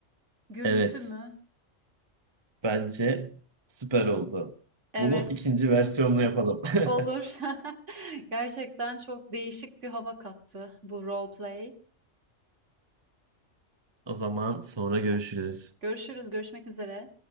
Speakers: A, on the right; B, on the right.
A: gürültü
B: Evet,
A: mü?
B: bence süper oldu.
A: Evet.
B: Bunu ikinci versiyonla yapalım. <laughs>
A: Olur. <laughs> Gerçekten çok değişik bir hava kattı bu role play.
B: O zaman sonra görüşürüz.
A: Görüşürüz, görüşmek üzere.